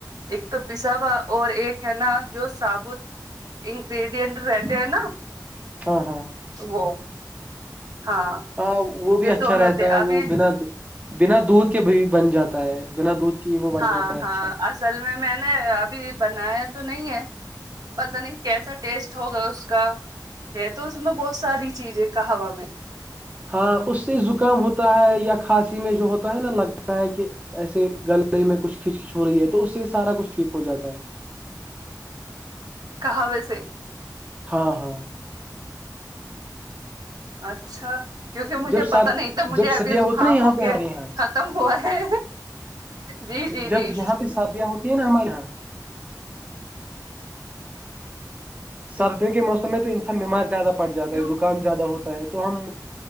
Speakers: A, on the right (about 60°); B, on the right (about 20°).
A: ایک تو پسا ہوا اور ایک ہے نا جو ثابت انگریڈینٹ ہے ہے نا
B: ہاں ہاں
A: وہ ہاں
B: ہاں وہ بھی
A: یہ
B: اچھا
A: دونوں
B: رہتا
A: تھے
B: ہے
A: ابھی
B: وہ بنا بنا دودھ کے بھی بن جاتا تا ہے بنا دودھ کے ہی وہ بن
A: ہاں
B: جاتا ہے اچھا
A: ہاں اصل میں میں نے ابھی بنایا تو نہیں ہے پت نہیں کیسا ٹیسٹ ہوگا اس کا ہے تو اس میں بہت ساری چیز ہے کہوا میں
B: ہاں اس سے زکام ہوتا ہے یا کھانسی میں جو ہوتا ہے نا لگتا ہے کہ ایسے گلی میں کچھ کھچ کچ ہو رہی ہے تو اس سے سارا کچھ ٹھیک ہو جاتا ہے
A: کہا وی سے
B: ہاں ہاں
A: اچھا کیونکہ مجھے
B: جب سر
A: پتا نہیں تو مجھے
B: جب
A: ابھی
B: سدیاں
A: زکام
B: ہوتی نا یہاں
A: ہو
B: پہ
A: کے
B: ہمارے یہاں
A: ختم ہوا ہے جی جی
B: جب
A: جی
B: یہاں پہ شادیاں ہوتی ہیں نا ہمارے یہاں سردیوں کے موسم میں تو انسان بیمار زیادہ پڑ
A: کیوں
B: جاتا ہے زکام زیادہ ہوتا ہے تو ہم